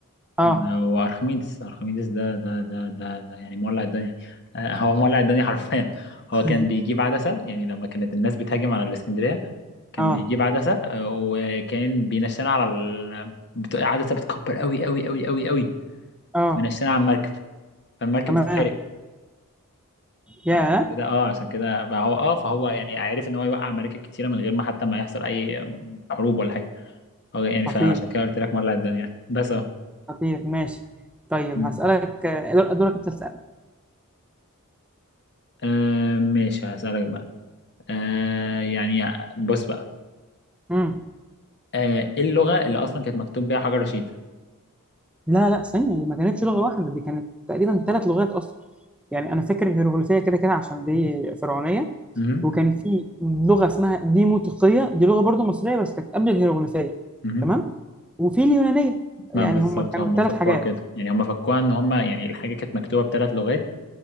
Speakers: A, in the centre; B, on the left (about 50°).
A: اه
B: و- وارخميدس ارخميدس ده ده ده ده ده يعني مولع الدنيا آه، هو مولع الدنيا حرفيا هو
A: <laughs>
B: كان بيجيب عدسة يعني لما كانت الناس بتهاجم على الاسكندرية كان
A: اه
B: بيجيب عدسة آه، وكان بينشنا على ال... بت... عدسة بتكبر قوي قوي قوي قوي قوي
A: اه
B: وينشنا على المركب فالمركب
A: تمام
B: بتتحرق
A: يا
B: فعشان كده اه عشان كده فهو اه فهو يعني عارف ان هو يوقع مراكب كتيرة من غير ما حتى ما يحصل اي حروب ولا حاجة هو يعني فعشان
A: خطير
B: كده قلت لك مولع الدنيا يعني. بس اه
A: خطير ماشي طيب
B: م.
A: هسألك آه، دور- دورك انت تسأل
B: آه، ماشي هسألك بقى آه يعني بص بقى
A: امم
B: آه، ايه اللغة اللي اصلا كانت مكتوب بيها حجر رشيد؟
A: لا لا ثانية دي ما كانتش لغة واحدة دي كانت تقريبا ثلاث لغات أصلا يعني أنا فاكر الهيروغليفية كده كده عشان دي فرعونية
B: مهم.
A: وكان في لغة اسمها ديموتيقية دي لغة برضو مصرية بس كانت قبل الهيروغليفية
B: مهم.
A: تمام وفي اليونانية
B: ما
A: يعني
B: بالظبط
A: هم كانوا
B: هم
A: ثلاث
B: فكوها
A: حاجات
B: كده يعني هم فكوها ان هم يعني الحاجه كانت مكتوبه بثلاث لغات